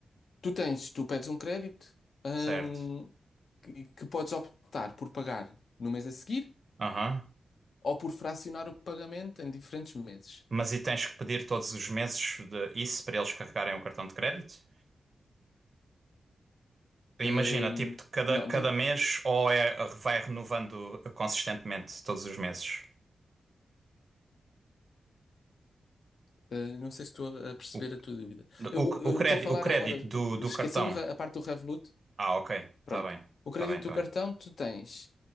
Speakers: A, on the left; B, on the right.
A: Tu tens, tu pedes um crédito, hum,
B: Certo.
A: que, que podes optar por pagar no mês a seguir
B: Aham.
A: ou por fracionar o pagamento em diferentes meses.
B: Mas e tens que pedir todos os meses de isso para eles carregarem o cartão de crédito? Imagina,
A: Hum,
B: tipo, de cada,
A: não,
B: cada
A: então,
B: mês ou é, vai renovando consistentemente todos os meses?
A: eh, não sei se estou a a perceber
B: O,
A: a tua dúvida. Eu
B: o,
A: eu
B: o crédito,
A: estou a falar
B: o crédito
A: agora,
B: do, do
A: esquecendo
B: cartão.
A: o re- a parte do Revolut,
B: Ah, ok.
A: pronto.
B: Tá bem.
A: O crédito
B: Tá bem, tá
A: do cartão,
B: bem.
A: tu tens.